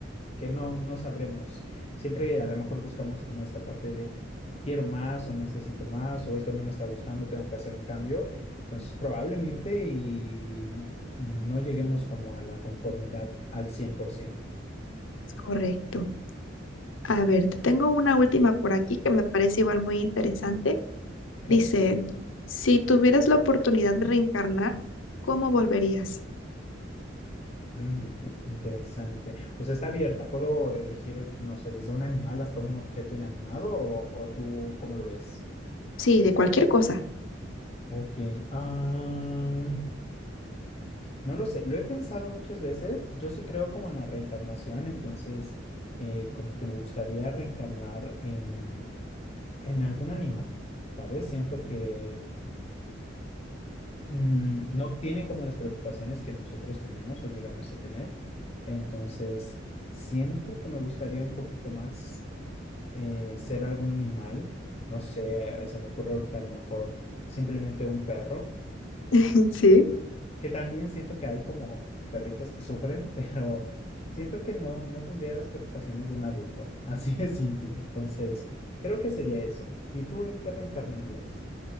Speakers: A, on the left; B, on the left.
A: que no, no sabremos. Siempre a lo mejor buscamos como esta parte de quiero más o necesito más o esto no me está gustando, tengo que hacer un cambio. Entonces, probablemente y no lleguemos como a la conformidad al 100%.
B: Es correcto. A ver, te tengo una última por aquí que me parece igual muy interesante.
A: ¿Ok?
B: Dice, si tuvieras la oportunidad de reencarnar, ¿cómo volverías?
A: Mm, interesante. O sea, está abierta. ¿Puedo elegir, no sé, desde un animal hasta un objeto inanimado o, o tú cómo lo ves?
B: Sí, de cualquier cosa.
A: Ok. ah, No lo sé, lo he pensado muchas veces. Yo sí creo como en la reencarnación, entonces eh, como que me gustaría reencarnar en, en algún animal, ¿sabes? Siento que mm, no tienen como las preocupaciones que nosotros tenemos o llegamos a tener. Entonces, siento que me gustaría un poquito más eh, ser algún animal. No sé, se me ocurre ahorita a lo mejor simplemente un perro
B: <laughs> Sí.
A: Que también siento que hay como perritos que sufren, <laughs> pero siento que no, no tendría las preocupaciones de un adulto. <laughs> Así de simple. Entonces, creo que sería eso. ¿Y tú en qué reencarnarías?